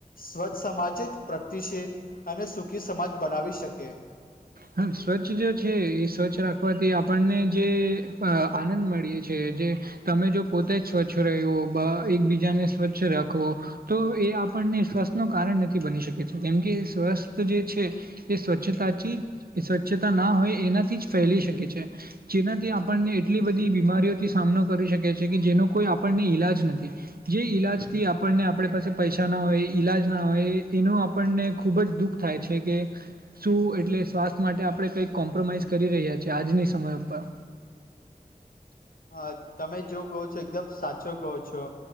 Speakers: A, on the left (about 70°); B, on the right (about 80°).
A: સ્વચ્છ સમાજ જ પ્રગતિશીલ અને સુખી સમાજ બનાવી શકે
B: હા સ્વચ્છ જો છે એ સ્વચ્છ રાખવાથી આપણને જે આનંદ મળીએ છે તમે જો પોતા જ સ્વચ્છ ર એકબીજાને સ્વચ્છ રાખવો તો એ ને સ્વસ્થ નું કારણ નથી બની શકે છે કેમ કે સ્વસ્થ જે છે એ સ્વચ્છતાથી સ્વચ્છતા ના હોય એનાથી જ ફેલી શકે છે જેનાથી આપણને એટલી બધી બીમારીઓથી સા કરી શકે છે કે જેનો કોઈ આપણને ઈલાજ નથી જે ઈલાજ થી આપણને આપણે પાસે પૈસા ના હોય ઈલાજ ના હોય એનું આપણને ખૂબ જ દુઃખ થાય છે કે શું એટલે સ્વાસ્થ્ય માટે આપણે કંઈક કોમ્પ્રોમાઈઝ કરી રહ્યાીએ આજની સમય ઉપર
A: હા તમે જો કહો છો એકદમ સાચો કહો છો